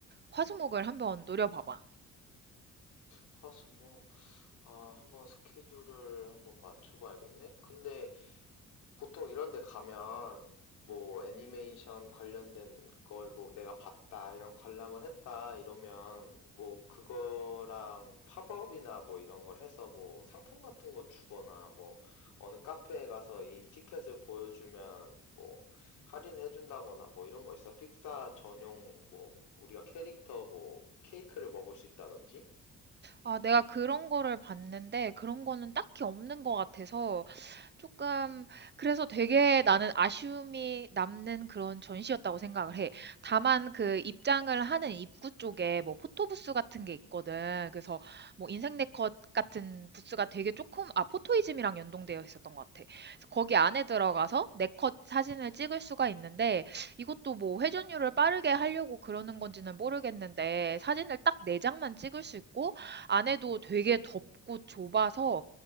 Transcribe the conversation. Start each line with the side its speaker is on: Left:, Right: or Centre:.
Right: 화수목을 한번 노려봐봐.
Left: 화수목 아 한번 스케줄을 한번 맞춰봐야겠네. 근데 보통 이런 데 가면 뭐 애니메이션 관련된 걸 뭐 내가 봤다 이런 관람을 했다 이러면 뭐 그거랑 팝업이나 뭐 이런 걸 해서 뭐 상품 같은 거 주거나 뭐 어느 카페에 가서 이 티켓을 보여주면 뭐 할인해 준다거나 뭐 이런 거 있어? 픽사 전용 뭐 우리가 캐릭터 뭐 케이크를 먹을 수 있다든지
Right: 아, 내가 그런 거를 봤는데 그런 거는 딱히 없는 것 같아서 조금 그래서 되게 나는 아쉬움이 남는 그런 전시였다고 생각을 해. 다만 그 입장을 하는 입구 쪽에 뭐 포토부스 같은 게 있거든. 그래서 뭐 인생 네컷 같은 부스가 되게 조금 아 포토이즘이랑 연동되어 있었던 것 같아. 그래서 거기 안에 들어가서 네컷 사진을 찍을 수가 있는데 이것도 뭐 회전율을 빠르게 하려고 그러는 건지는 모르겠는데 사진을 딱 4 장만 찍을 수 있고 안에도 되게 덥고 좁아서